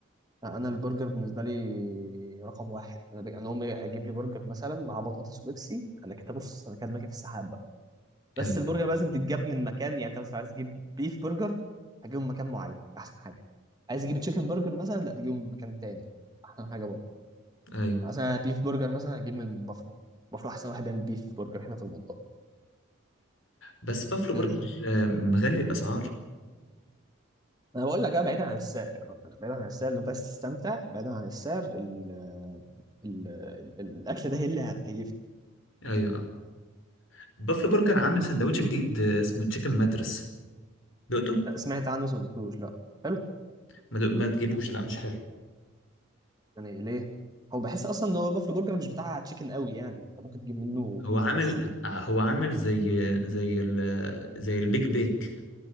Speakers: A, on the right (about 20°); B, on the left (about 70°).
A: انا البرجر بالنسبه لي رقم واحد انا بج... انا امي اجيب لي برجر مثلا مع بطاطس وبيبسي انا كده بص انا كده ماشي في السحاب بس
B: ايوه
A: البرجر لازم تتجاب من مكان يعني انت مثلا عايز تجيب بيف برجر هتجيبه من مكان معين احسن حاجه عايز تجيب تشيكن برجر مثلا لا تجيبه من مكان تاني احسن حاجه برضه
B: ايوه
A: مثلا بيف برجر مثلا هجيب من بافلو بافلو احسن واحد بيعمل بيف برجر هنا في المنطقه
B: بس بافلو
A: أه،
B: برجر آه مغلي الاسعار
A: انا بقول لك بقى بعيدا عن السعر يعني بعيدا عن السعر لو انت عايز تستمتع بعيدا عن السعر ال ال ال الاكل ده هي اللي هتكيفني
B: ايوه آه. بافلو برجر عامل
A: اه
B: سندوتش جديد آه، اسمه تشيكن ماترس دقته
A: لا، سمعت عنه بس ما دقتوش لا حلو
B: ما, دق... ما تجيبوش لا مش حلو
A: يعني ليه هو بحس اصلا ان هو بافلو برجر مش بتاع تشيكن قوي يعني انت ممكن تجيب منه
B: هو
A: بيف
B: عامل
A: بس
B: هو عامل زي زي ال... زي البيج بيك